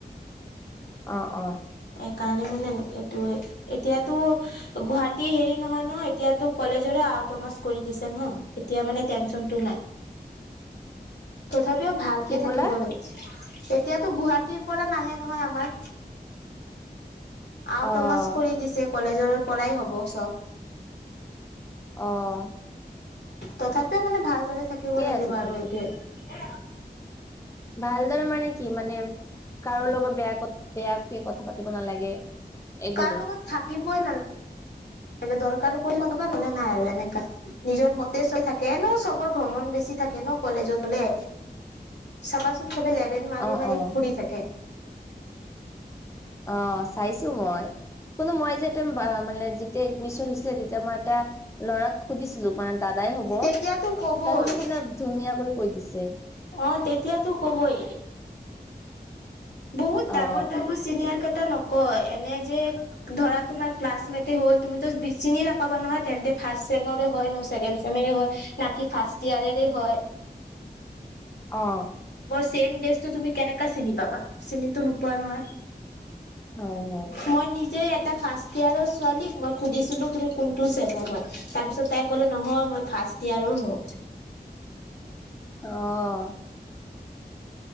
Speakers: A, on the left; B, on the left.
A: অহ - অহ।
B: সেইকাৰণে মানে এইটো এতিয়াতো গুৱাহাটী হেৰি নহয় -নহয় এতিয়াতো কলেজৰে আওটমাছ কৰি দিছে ন' এতিয়া মানে টেনচনটো নাই। তথাপিও ভালকে
A: কি ক'লা?
B: থাকিব লাগিছে। এতিয়াতো গুৱাহাটীৰ পৰা নাহে নহয় আমাৰ। আউটমছ
A: অ'
B: কৰি দিছে কলেজৰ পৰাই হ'ব চব।
A: অহ।
B: তথাপিও মানে ভালদৰে থাকিব লাগিব
A: আছে
B: আৰু
A: তেন্তে।
B: এইটোৱে।
A: ভালদৰে মানে কি মানে কাৰো লগত বেয়া কত বেয়া কথা পাতিব নালাগে এইবোৰে
B: কাৰ লগত থাকিবই <unintelligible> দৰকাৰ পৰিলে কথা কবা নহলে নাই আৰু এনেকা নিজৰ মতে চৈ থাকে এনো চবৰ ঘমণ বেছি থাকে ন' কলেজত হলে চাবাচোন চবে লেভেন মাৰি
A: অ
B: -মাৰি
A: অ
B: ফুৰি থাকে।
A: অহ, চাইছো মই। কুনো মই যে এ মানে যেতিয়া এডমিশন হৈছিলে তেতিয়া মই এটা ল'ৰাক সুধিছিলো মানে দাদাই হ'ব
B: তেতিয়াতো কবই
A: তাইকন্ত কোনে ধুনীয়া কৰি কৈ দিছে।
B: অহ, তেতিয়াতো কবই বহুত ডাঙৰ
A: অ
B: -ডাঙৰ চিনিয়াৰ কেটা নকয় এনে যে ধৰা তোমাৰ ক্লাছমেট হল তুমিটো চিনি নাপাবা নহয় তেন্তে ফাৰ্ষ্ট চেমৰে হয় ন'চেছেণ্ড চেমৰে মেৰে হয় না কি ফাৰ্ষ্ট ইয়াৰেৰে হয়।
A: অহ
B: চেম ড্ৰেছটো তুমি কেনেকা চিনি পাবা চিনিটো নোপোৱা নহয়।
A: হয় হয়
B: মই নিজে এটা ফাৰ্ষ্ট ইয়াৰৰ ছোৱালীক মই সুধিছিলো তুমি কোনটো ছেমৰ হয় তাৰপিছত তাই কলে নহয় মই ফাৰ ফাৰ্ষ্ট ইয়াৰৰ হও
A: অহ